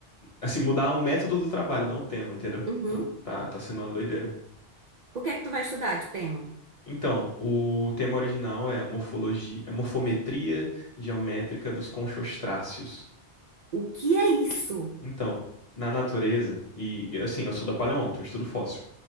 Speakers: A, on the left (about 35°); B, on the right (about 55°).
A: assim, mudar um método do trabalho, não o tema, entendeu?
B: Uhum.
A: Então, tá tá sendo uma doideira.
B: O que é que tu vai estudar de tema?
A: Então, o tema original é a morfologia, a morfometria geométrica dos conchostráceos.
B: O que é isso?
A: Então, na natureza, e assim, eu sou da paleonto, eu estudo fóssil.